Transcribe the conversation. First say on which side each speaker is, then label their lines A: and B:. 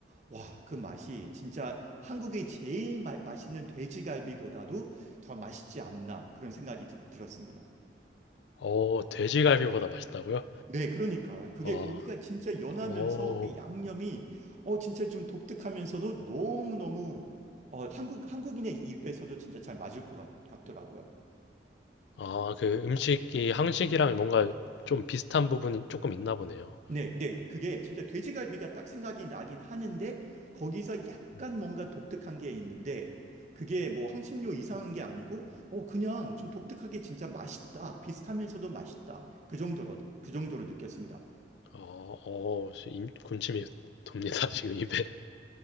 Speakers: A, on the right; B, on the left.
A: 와, 그 맛이 진짜 한국의 제일 마- 맛있는 돼지갈비보다도 더 맛있지 않나 그런 생각이 들, 들었습니다.
B: 어, 돼지갈비보다 맛있다고요?
A: 네, 그러니까 그게
B: 어,
A: 고기가 진짜 연하면서
B: 어,
A: 그 양념이 어 진짜 좀 독특하면서도 너무너무 어 한국 한국인의 입에서도 진짜 잘 맞을 것 같, 더라고요
B: 아, 그 음식이 한식이랑 뭔가 좀 비슷한 부분이 조금 있나 보네요.
A: 네, 네, 그게 진짜 돼지갈비가 딱 생각이 나긴 하는데 거기서 약간
B: 음,
A: 뭔가 독특한 게 있는데 그게 뭐 향신료 이상한 게 아니고 어 그냥 좀 독특하게 진짜 맛있다. 비슷하면서도 맛있다. 그 정도로 그 정도로 느꼈습니다.
B: 어, 어, 임, 군침이 돕니다, <laughs> 지금 입에.